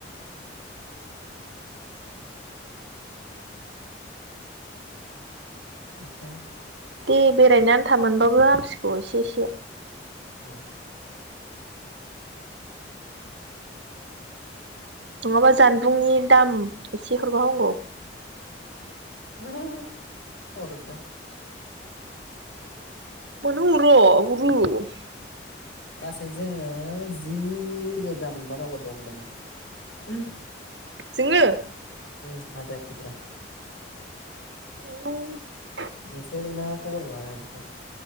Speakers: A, on the left; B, on the right.
A: ओमफ्राय
B: दे बेरायनो आन्था मोनबाबो हामसिगौ एसे एसे।
A: <unintelligible>
B: नङाबा जानबुंनि दाम एसे हरबा हामगौ
A: <unintelligible> हरगोन
B: मानो हरा हरो
A: गासै जोङो जि रोजा मोनबानांगौ दं होन्दोंमोन
B: जोङो?
A: उम आद्रा खिद्रा
B: <unintelligible>
A: नोंसोरना खबर मोना ना इदिखौ?